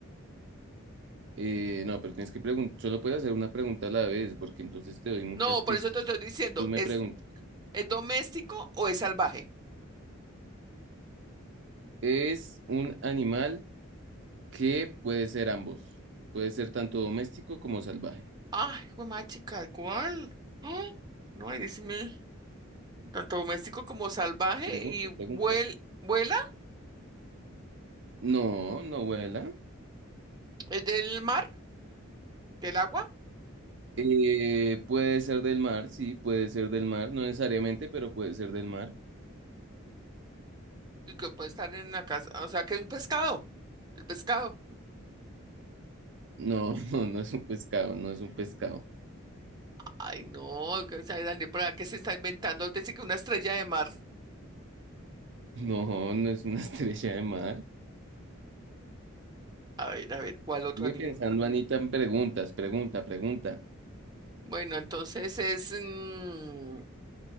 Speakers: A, on the right; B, on the right.
A: eh, no, pero tienes que preguntar, solo puedes hacer una pregunta a la vez, porque entonces te doy muchas
B: No,
A: pistas.
B: por eso te estoy diciendo,
A: Tú me
B: ¿es,
A: preguntas,
B: es doméstico o es salvaje?
A: ¿es un animal que puede ser ambos? Puede ser tanto doméstico como salvaje.
B: Ay, güey, chica, ¿cuál? Ah, No, ahí decime, tanto doméstico como salvaje
A: Pregunta,
B: y
A: pregunta.
B: vuel- vuela,
A: No, no vuela.
B: es del mar, del agua,
A: Eh, puede ser del mar, sí, puede ser del mar, no necesariamente, pero puede ser del mar.
B: y que puede estar en la casa, o sea, que es un pescado, el pescado.
A: No, <laughs> no, no es un pescado, no es un pescado.
B: Ay, no, que- o sea, Daniel, ¿para qué se está inventando? Dice que una estrella de mar.
A: No, no es una <laughs> estrella de mar.
B: A ver, a ver, ¿cuál otro
A: Sigue
B: animal?
A: pensando, Anita, en preguntas, pregunta, pregunta.
B: Bueno, entonces es, mm,